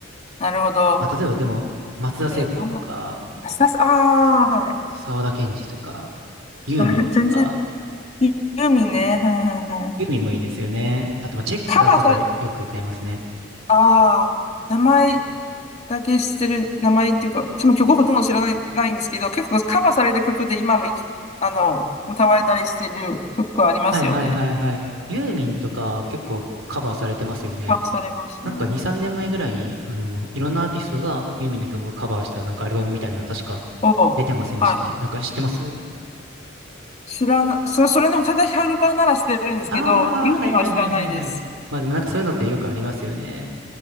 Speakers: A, on the left; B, on the right.
A: なるほど。
B: まあ、例えばでも、松田聖子とか、
A: えー、なんだ、スタス、ああ、はい。
B: あと沢田研二とか、ユーミンとか、
A: さ <laughs> 全然、ユユーミンね。はいはいはい。
B: ユーミンもいいですよね。あと、まあ、チェッカーズとかよく歌いますね。
A: カバーされ、ああ、名前だけ知ってる、名前っていうか、その曲ほとんど知らない、ないんですけど、結構カバーされた曲で今も生き、あの、歌われたりしてる曲ありますよね。
B: はいはいはいはい。ユーミンとか結構カバーされてますよね。
A: カバーされますね。
B: なんか2、3年前ぐらいに、あの、いろんなアーティストがユーミンの曲をカバーしたなんかアルバムみたいな、確か
A: おう、
B: 出てませんでしたっけなんか知ってます
A: はい。知らない、それ、それの宇多田ヒカル版なら知ってるんですけど、
B: ああー、
A: ユーミンは知らないです。
B: はいはいはいはいはい。まあでもなんかそういうのってよくありますよね。